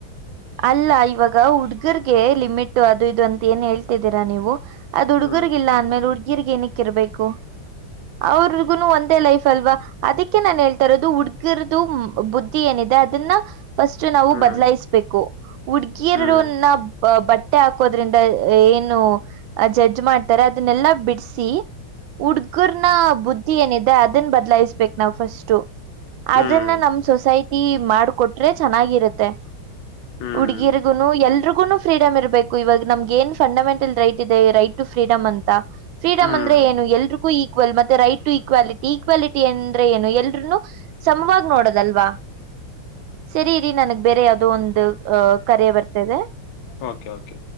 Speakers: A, on the right; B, on the left.
A: ಅಲ್ಲ ಇವಾಗ ಹುಡ್ಗರ್ಗೆ ಲಿಮಿಟ್ ಅದು ಇದು ಅಂತ ಏನ್ ಹೇಳ್ತಿದ್ದೀರಾ ನೀವು. ಅದ್ ಹುಡುರ್ಗಿಲ್ಲ
B: ಹ್ಮ್
A: ಅಂದ್ಮೇಲೆ ಹುಡ್ಗಿರ್ಗ್ ಏನಕ್ ಇರ್ಬೇಕು. ಅವ್ರಗು ಒಂದೇ ಲೈಫ್ ಅಲ್ವಾ ಅದಕ್ಕೆ ನಾನು ಹೇಳ್ತಾ ಇರೋದು ಹುಡ್ಗಿರದು ಬುದ ಏನಿದೆ ಅದನ್ನ ಫಸ್ಟ್ ನಾವು
B: ಹ್ಮ್
A: ಬದ್ಲಾಯಿಸ್ಬೇಕು ಹುಡ್ಗಿಯರನ್ನ
B: ಹ್ಮ್
A: ಬಟ್ಟೆ ಹಾಕೋದ್ರಿಂದ ಏನು ಜಡ್ಜ್ ಮಾಡ್ತಾರೆ ಅದನ್ನೆಲ್ಲಾ ಬಿಡ್ಿಸಿಿ ಹುಡ್ಗರ್ನ ಬುದ್ಧಿ ಏನಿದೆ ಅದನ್ನ ಬದ್ಲಾಯಿಸ್ಬೇಕಕ್ ನಾವ್ ಫಸ್ಟ್ು
B: ಹ್ಮ್
A: ಅದನ್ನ ನಮ ಸೊಸೈಟಿ ಮಾಡ್ಕೊಟ್ರೆ ಚೆನ್ನಾಗಿರತ್ತೆ
B: ಹ್ಮ್
A: ಉಡುಗಿಯರ
B: ಹ್ಮ್
A: ಎಲ್ರಿಗೂನು ಫ್ರೀಡಮ ಇರ್ಬೇಕು ಇವಾಗ ನಮ್ಗೆ ಏನ್ ಫಂಡಮೆಂಟಲ್ ರೈಟ್ ಇದೆ ರೈಟ್ ಟ ಫ್ರೀಡ್ ಅಂತ ಫ್ರೀಡಮ್
B: ಹ್ಮ್
A: ಅಂದ್ರೆ ಏನು ಎಲ್ರು ಈಕ್ವಲ್ ಮತ್ತೆ ರೈಟ್ ಟು ಈಕ್ವಾಲಿಟಿ ಈಕ್ವಾಲಿಟಿ ಅಂದ್ರೆ ಏನು ಎಲ್ರುನು ಸಮವಾಗಿ ನೋಡದಲ್ವಾ ಸರಿ ಇರಿ ನನ್ಗ್ ಬೇರೆ ಯಾವವು್ದೋ ಒಂದು ಅಹ ಕರಿೆಯ ಬರ್ತದೆ
B: ಓಕೆ ಓಕೆ